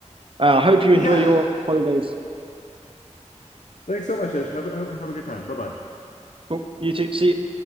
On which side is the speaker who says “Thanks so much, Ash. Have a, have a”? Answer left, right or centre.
Left